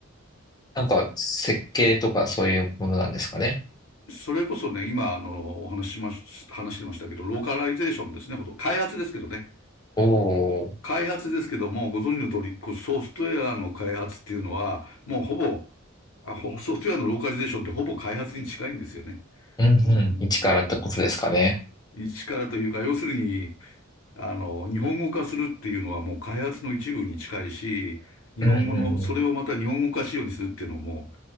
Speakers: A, on the left (about 20°); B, on the left (about 85°).
A: なんか設計とかそういうものなんですかね。
B: それこそね、今、あの、お話しまし、話してましたけど、ローカライゼーションですね、ほとんど開発ですけどね。
A: おお、
B: 開発ですけども、ご存知の通り、こうソフトウェアの開発っていうのは、もうほぼ、あほソフトウェアのローカリゼーションってほぼ開発に近いんですよね。
A: うんうん。
B: うん、うん。
A: 一からってことですかね。
B: 一からというか、要するに、あの、日本語化するっていうのはもう開発の一部に近いし、日本語の、
A: うんうん
B: それをまた日本語化仕様にするっていうのも、